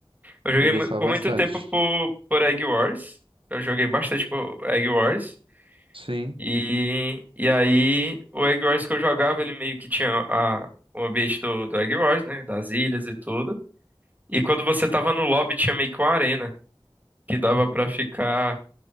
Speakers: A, on the right; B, on the right.
A: Eu joguei
B: Eu gostava
A: mu- por
B: bastante.
A: muito tempo por, por Egg Wars. Eu joguei bastante por Egg Wars.
B: Sim,
A: E, e aí, o Egg Wars que eu jogava, ele meio que tinha a, o ambiente do, do Egg Wars, né? Das ilhas e tudo. E quando você tava no lobby, tinha meio que uma arena, que dava pra ficar